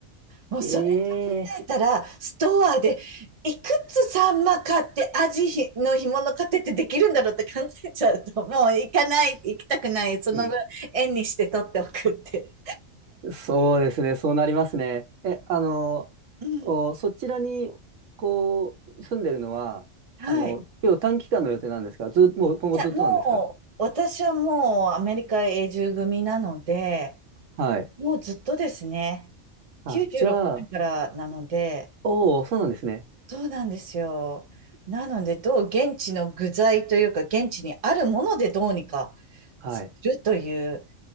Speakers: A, on the right; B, on the right.
A: もうそれ考えたら、
B: ええ
A: ストアでいくつサンマ買ってアジの干物買ってってできるんだろうって考えちゃうと、もう行かない、行きたくない、その分円にして取っておくって
B: うん。そうですね。そうなりますね。え、あの、
A: うん
B: お、そちらに、こう、住んでるのは、
A: はい。
B: あの、今日短期間の予定なんですかず、もう今後ずっとなんですか
A: いや、もう、私はもうアメリカ永住組なので、
B: はい。
A: もうずっとですね、
B: あ、
A: 96年からなので、
B: じゃあ、おお、そうなんですね。
A: そうなんですよ。なので、どう現地の具材というか、現地にあるものでどうにか
B: はい。
A: するという